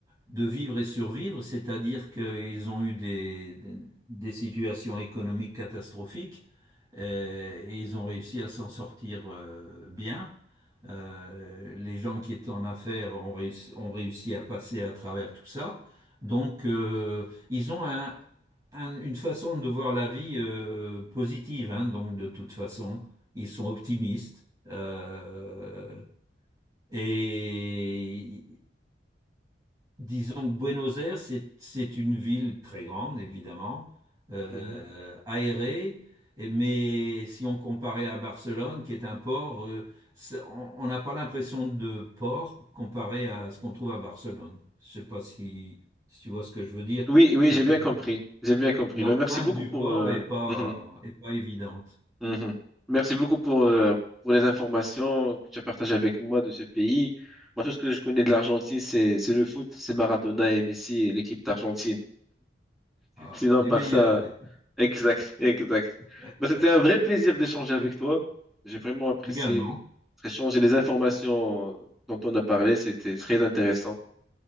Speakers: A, on the right; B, in the centre.
A: de vivre et survivre, c'est-à-dire qu'ils ont eu des, des- des situations économiques catastrophiques euh, et ils ont réussi à s'en sortir euh, bien. Euh, les gens qui étaient en affaires ont réussi, ont réussi à passer à travers tout ça. Donc, euh, ils ont un- une façon de voir la vie euh, positive, hein, donc de toute façon, ils sont optimistes. euh, et disons que Buenos Aires, c'est, c'est une ville très grande, évidemment, euh,
B: mhm.
A: aérée, et- mais si on comparait à Barcelone, qui est un port, euh, c'est- on on n'a pas l'impression de port comparé à ce qu'on trouve à Barcelone. Je ne sais pas si, si tu vois ce que je veux dire.
B: Oui, oui,
A: C'est
B: j'ai bien
A: que
B: compris. J'ai bien compris.
A: L'empreinte
B: Ben, merci beaucoup
A: du
B: pour,
A: porc
B: euh,
A: est pas,
B: mhm,
A: est pas évidente.
B: mhm. Merci beaucoup pour, euh, pour les informations que tu as partagées avec moi de ce pays. Moi, tout ce que je connais de l'Argentine, c'est, c'est le foot, c'est Maradona et Messi et l'équipe d'Argentine.
A: Ah,
B: Sinon,
A: les
B: par
A: meilleurs
B: ça,
A: les-
B: exact, exact.
A: <laughs>
B: Bah, c'était un vrai plaisir d'échanger avec toi. J'ai vraiment apprécié
A: également.
B: notre échange et les informations dont on a parlé. C'était très intéressant.